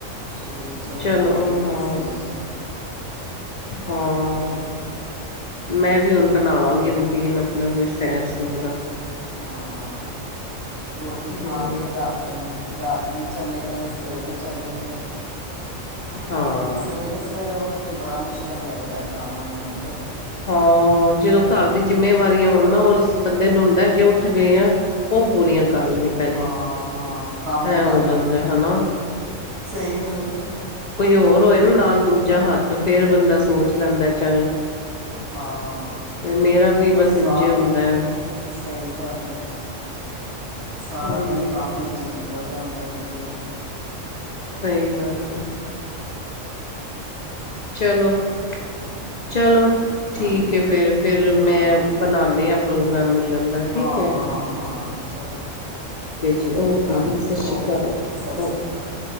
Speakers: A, on the right; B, on the left.
A: ਸਰੀਰ ਚੱਲਦਾ
B: ਚਲੋ
A: ਰਹੇ
B: ਹਾਂ
A: ਤੇ ਸਹੀ ਹੈ।
B: ਹਾਂ।
A: ਤੇ,
B: ਮੈਂ ਵੀ ਹੁਣ ਬਣਾਵਾਂਗੀ, ਰੁਟੀਨ ਆਪਣਾ ਕੋਈ ਸੈਰ- ਸੂਰ ਦਾ।
A: ਹਾਂ ਰੋਟੀ ਖਾ
B: ਹੂੰ
A: ਕੇ ਰਾਤ, ਰਾਤੀ ਚਲੇ ਗਏ, ਸਵੇਰੇ ਚਲੇ ਗਏ।
B: ਹਾਂ।
A: ਸਵੇਰੇ-ਸਵੇਰੇ ਉੱਠ ਕੇ ਬੜਾ ਮੁਸ਼ਕਿਲ ਲੱਗਦਾ ਜਾਣਾ। ਮੈਨੂੰ ਤੇ,
B: ਹਾਂ ਜਦੋਂ ਘਰ ਦੀ ਜਿੰਮੇਵਾਰੀਆਂ ਹੋਣ ਨਾ ਉਸ ਬੰਦੇ ਨੂੰ ਹੁੰਦਾ ਜੇ ਉੱਠ ਗਏ ਆ। ਉਹ ਪੂਰੀਆਂ, ਕਰ ਲਈਏ ਪਹਿਲੇ
A: ਹਾਂ-ਹਾਂ ਕੰਮ
B: ਐ
A: ਕਰ
B: ਹੋ ਜਾਂਦਾ
A: ਲਈਏ,
B: ਹਨਾ
A: ਸਹੀ ਗੱਲ ਹੈ।
B: ਕੋਈ ਹੋਰ ਹੋਏ ਨਾ ਨਾਲ ਦੂਜਾ ਹੱਥ ਫੇਰ ਬੰਦਾ ਸੋਚ ਲੈਂਦਾ ਚੱਲ।
A: ਹਾਂ
B: ਤੇ ਮੇਰਾ ਵੀ
A: ਬਸ
B: ਇੰਝੇ
A: ਸਾਰੇ
B: ਹੁੰਦਾ ਹੈ
A: ਸਹੀ ਗੱਲ ਹੈ। ਸਾਰਾ
B: ਹੂੰ
A: ਦਿਨ ਕੰਮ ਵਿੱਚ ਹੀ ਨਿਕਲ ਜਾਂਦਾ ਇੰਜ ਏ ਹੀ।
B: ਸਹੀ ਗੱਲ ਹੈ। ਚਲੋ-ਚਲੋ
A: ਚਲੋ
B: ਠੀਕ
A: ਹਾਂਜੀ
B: ਹੈ। ਫੈਰ- ਫੇਰ
A: ਹਾਂ
B: ਮੈਂ ਬਣਾਉਦੇ ਆ। ਪ੍ਰੋਗਰਾਮ ਮਿਲਣ, ਦਾ ਠੀਕ
A: ਹਾਂ,
B: ਹੈ
A: ਹਾਂ, ਹਾਂ ਚਲੋ ਠੀਕ
B: ਜੀ ਓਕੇ
A: ਹੈ। ਹਾਂਜੀ
B: ਜੀ ਸਤਿ ਸ਼੍ਰੀ
A: ਓਕੇ,
B: ਅਕਾਲ
A: ਸਤਿ
B: ਓਕੇ
A: ਸ਼੍ਰੀ ਅਕਾਲ।